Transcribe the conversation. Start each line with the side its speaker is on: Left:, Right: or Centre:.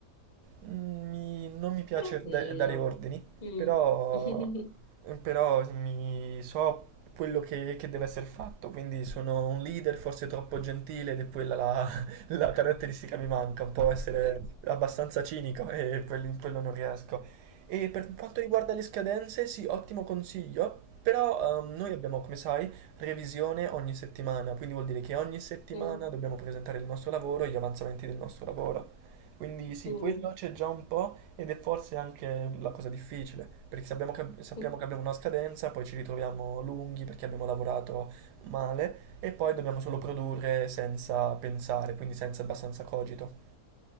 Right: Mm, mi- non mi piace
Left: Tranquillo.
Right: da- dare ordini,
Left: Mm.
Right: però,
Left: <laughs>
Right: però mi so quello che, che deve essere fatto, quindi sono un leader forse troppo gentile ed è quella la, <laughs> la caratteristica che mi manca, un po' essere abbastanza cinico e quel- in quello non riesco. E per quanto riguarda le scadenze, sì, ottimo consiglio, però ehm, noi abbiamo, come sai, revisione ogni settimana, quindi vuol dire che ogni settimana
Left: Mm,
Right: dobbiamo presentare il nostro lavoro e gli avanzamenti del nostro lavoro. Quindi sì,
Left: Mm.
Right: quello c'è già un po' ed è forse anche la cosa difficile, perché sappiamo che, sappiamo
Left: mm.
Right: che abbiamo una scadenza, poi ci ritroviamo lunghi perché abbiamo lavorato male e poi dobbiamo solo produrre senza pensare, quindi senza abbastanza cogito.